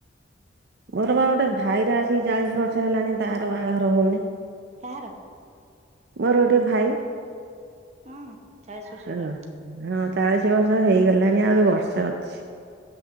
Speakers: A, on the right (about 60°); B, on the right (about 35°).
A: ମୋର ବା ଗୋଟେ ଭାଇର ଆସିକି ଚାଳିଶ ବର୍ଷ ହେଲାଣି ତାର ବାହାଘର ହଉନି।
B: କାହାର?
A: ମୋର ଗୋଟିଏ ଭାଇ
B: ହଁ ଚାଳିଶ ବର୍ଷ
A: ହଁ।
B: ହେଲାଣି
A: ହଁ ଚାଳିଶ ବର୍ଷ ହେଇଗଲାଣି ଆହୁରି ବର୍ଷେ ଅଛି।